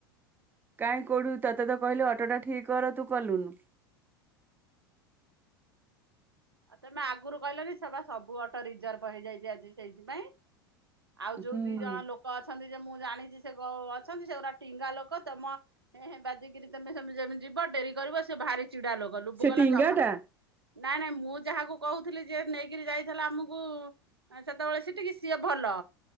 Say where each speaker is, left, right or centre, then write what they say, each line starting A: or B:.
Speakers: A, on the right; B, on the right.
A: କାଇଁ କୋଉଠୁ ତତେ ତ କହିଲେ ଅଟୋଟା ଠିକ୍ କର ତୁ କଲୁନି।
B: ଆଉ ତମେ ଆଗରୁ କହିଲନି, ସେ ବା ସବୁ ଅଟୋ ରିଜର୍ଭ ହେଇଯାଇଚି ଆଜି ସେଇଥିପାଇଁ। ଆଉ ଯୋଉ
A: ହୁଁ
B: ଦି ଜଣ ଲୋକ ଅଛନ୍ତି ଯେ ମୁଁ ଜାଣିଛି ସେ ଅଛନ୍ତି, ସେଗୁରା ଟିଙ୍ଗା ଲୋକ ତେମ ହେଁ-ହେଁ ବାଜିକିରି ତମେ ସେମିତି ଯିବ ଡେରି କରିବ ସେ ଭାରି ଚିଡା ଲୋକ, ଲୁବୁ
A: ସେ
B: କହିଲା
A: ଟିଙ୍ଗା
B: ଜମା
A: ଟା
B: ନାଇଁ-ନାଇଁ ମୁଁ ଯାହାକୁ କହୁଥିଲି ଯିଏ ନେଇକିରି ଯାଇଥିଲା ଆମୁକୁ ଆ ସେତେବେଳେ ସିଟିକି ସିଏ ଭଲ।